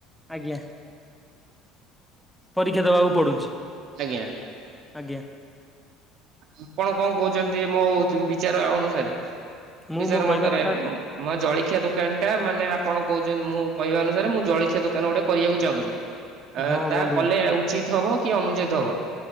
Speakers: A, in the centre; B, on the right.
A: ଆଜ୍ଞା। ପରୀକ୍ଷା ଦେବାକୁ ପଡ଼ୁଛି।
B: ଆଜ୍ଞା।
A: ଆଜ୍ଞା।
B: ଆପଣ କଣ କହୁଛନ୍ତି ମୋ ବିଚାର ଅନୁସାରେ
A: ମୁଁ
B: ବିଚାର
A: ମୋ କହିବା
B: ମତରେ।
A: କଥା
B: ମୋ ଜଳଖିଆ ଦୋକାନ ଟା ମାନେ ଆପଣ କହୁଛନ୍ତି ମୁଁ କହିବା ଅନୁସାରେ ମୁଁ ଜଳଖିଆ ଦୋକାନ ଗୋଟେ କରିବାକୁ ଚାହୁଁଛି। ଅ
A: ହଁ
B: ତାହା
A: ବନ୍ଧୁ
B: କଲେ ଉଚିତ ହବ କି ଅନୁଚିତ ହବ।